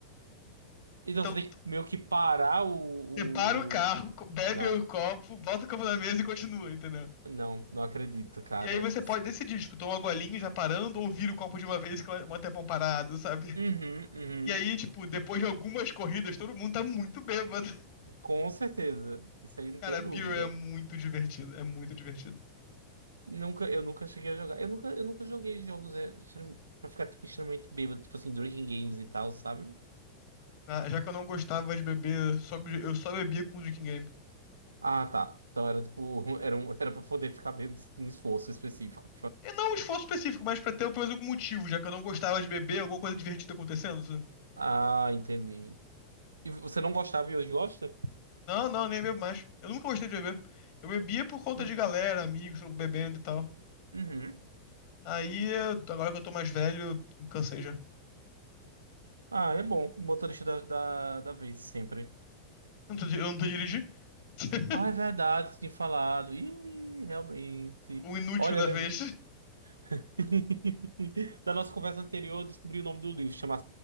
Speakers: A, on the right; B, on the left.
A: então
B: Então
A: você tem que meio que parar o,
B: você para o carro,
A: o...
B: co- bebe
A: Não.
B: o copo, bota o copo na mesa e continua, entendeu?
A: Não, não acredito, cara.
B: E aí você pode decidir, tipo, tomar uma golinha já parando ou vira o copo de uma vez que é um tempão parado, sabe?
A: Uhum, uhum.
B: E aí, tipo, depois de algumas corridas, todo mundo tá muito bêbado. <laughs>
A: Com certeza. Isso aí não
B: Cara,
A: tenho dúvida.
B: Beer é muito divertido, é muito divertido.
A: Nunca, eu nunca cheguei a jogar. Eu nunca, eu nunca joguei jogos é, extrem- pra ficar tipo, extremamente bêbado, tipo assim, drinking games e tal, sabe?
B: Ah, já que eu não gostava de beber, eu só, be- eu só bebia com o Drinking Game.
A: Ah, tá. Então era tipo, <laughs> era, um, era pra poder ficar bêbado em esforço específico.
B: E não um esforço específico, mas pra ter pelo menos algum motivo, já que eu não gostava de beber, alguma coisa divertida acontecendo. sabe?
A: Ah, entendi. E você não gostava e hoje gosta?
B: Não, não, nem bebo mais. Eu nunca gostei de beber. Eu bebia por conta
A: Uhum.
B: de galera, amigos, todo mundo bebendo e tal.
A: Uhum.
B: Aí, eu- agora que eu tô mais velho, me cansei já. Eu
A: Ah, é bom. Motorista da, da, da vez, sempre.
B: não tô, eu não tô dirigindo. <laughs>
A: Ah, é verdade, tinha falado. Ih, realmente.
B: O inútil
A: Olha,
B: da
A: lem-
B: vez.
A: <laughs> da nossa conversa anterior, eu descobri o nome do livro. Chama...